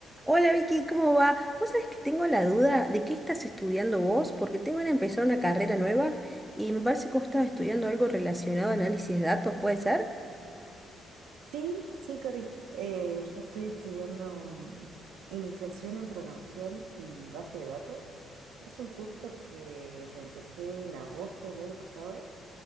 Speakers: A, in the centre; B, on the right.
A: Hola Vicky, ¿cómo va? Vos sabés que tengo la duda de qué estás estudiando vos, porque tengo que empezar una carrera nueva y me parece que vos estabas estudiando algo relacionado a análisis de datos, ¿puede ser?
B: Sí, sí, Cori. Eh, yo estoy estudiando mm, iniciación en programación y base de datos. Es un curso que lo empecé en agosto del año pasado